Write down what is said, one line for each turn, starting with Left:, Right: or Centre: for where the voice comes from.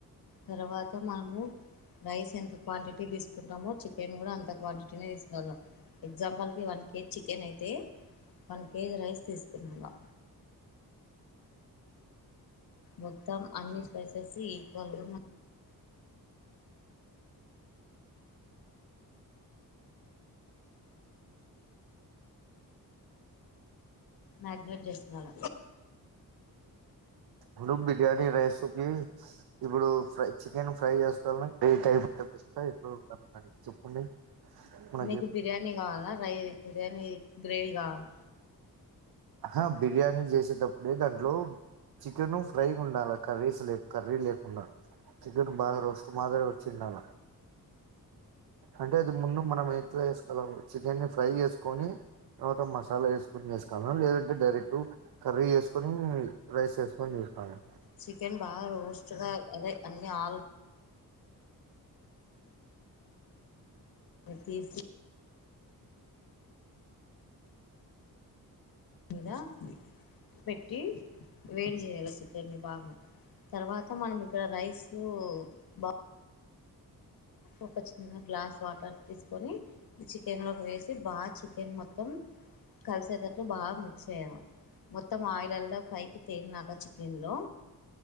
Left: తర్వాత మనము రైస్ ఎంత క్వాంటిటీ తీసుకుంటామో చికెన్ కూడా అంత క్వాంటిటీనే తీసు అన్న ఎగ్జాంఆల్ కి వన్కి చికెన్ అయితే వన్ కేజీ రైస్ తీసుకున్న మొత్తం అన్ని స్పైసెస్ ఈక్వల్గా ఉన్న మ్యాగ్నేేట్ చేస్తున్నార
Right: ఇప్పుడు బిర్యానీ రైస్కి ఇప్పుడు ఫ్రై చికెన్ ఫ్రై చేస్తాల ఏ టైప్ అంటే బెస్ట్ ఎట్లా ఉండాలి మరి చెప్పండి మనకి
Left: మీకు బిర్యానీ కావాలా రై బిర్యానీ గ్రేవీ కావాల
Right: ఆ బిర్యానీ చేసేటప్పుడే దాంట్లో చికెన్ ఫ్రై ఉండాలా కర్రీస్ లె కర్రీ లేకుండా చికన్ బాగా రోస్ట్ మా చిన్నాన అంటే అది మున్న మనం పలే <unintelligible> చికెన్ని ఫ్రై జేసుకొని తర్వాత మసాలా వేసుకు ని వేసుకువళ్న లేదంటే డైరెక్ట్ కర్రీ వేసుకొని రైస్ వేసుకొని చేసుకోవాలా
Left: చికెన్ బాగా రోస్ట్గా అదే అన్ని ఆలు అ తీసి మీదా పెట్టి వేడి జేయాలి చికెన్ని బాగా తర్వాత మనం ఇక్కడ రైస్ బా ఒక చిన్న గ్లాస్ వాటర్ తీసుకొని ఈ చికెన్ లోకి ఒక వేసి బాగా చికెన్ మొత్తం కలిసేటట్లు బాగా మిక్స్ చేయాల మొత్తం ఆయిల్ అల్లా పైకి తేలినాక చికెన్ లో